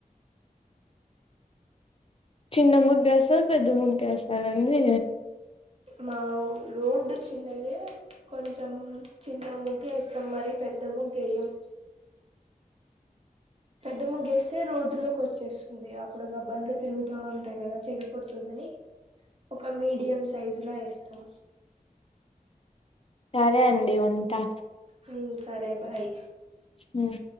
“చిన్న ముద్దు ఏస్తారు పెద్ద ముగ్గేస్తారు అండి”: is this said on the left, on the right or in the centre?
Left